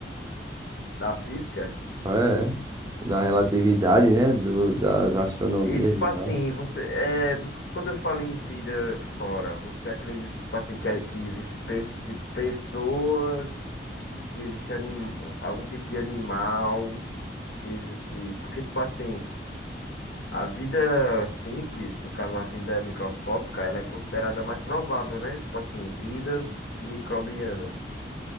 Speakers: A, on the left; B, on the right.
A: Da física.
B: É. Da relatividade, né? Do, das astronomias
A: E tipo
B: e
A: assim,
B: tal.
A: você, é, você- quando eu falo em vida fora, você acredita tipo assim que, que existe pe- tipo pessoas, que existe anim, algum tipo de animal, se existe, porque tipo assim, A vida simples, no caso a vida microscópica, ela é considerada mais provável, né? Tipo assim, vida microbiana.